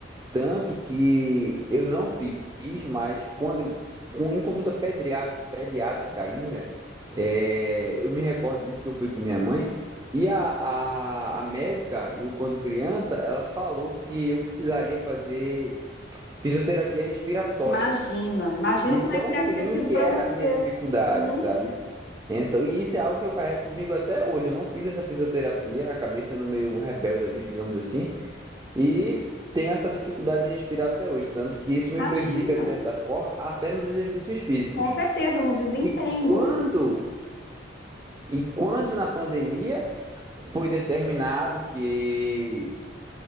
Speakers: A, on the right; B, on the left.
A: Tanto que eu não fiz, mas quando eu, com- em consulta pedria- pediátrica ainda, é, eu me recordo disso que eu fui com minha mãe, e a, a, a médica, eu quando criança, ela falou que eu precisaria fazer fisioterapia respiratória,
B: Imagina, imagina
A: de
B: como
A: tão
B: é que deve
A: ruim
B: ter sido
A: que
B: para
A: era
B: você.
A: a minha dificuldade,
B: Uhum,
A: sabe? Então, e isso é algo que eu carrego comigo até hoje. Eu não fiz essa fisioterapia, acabei sendo meio um rebelde ali, digamos assim. E tenho essa dificuldade de respirar até hoje, tanto que isso
B: imagina.
A: me prejudica de certa forma até nos exercícios físicos.
B: Com certeza, no desempenho.
A: E quando e quando na pandemia foi determinado que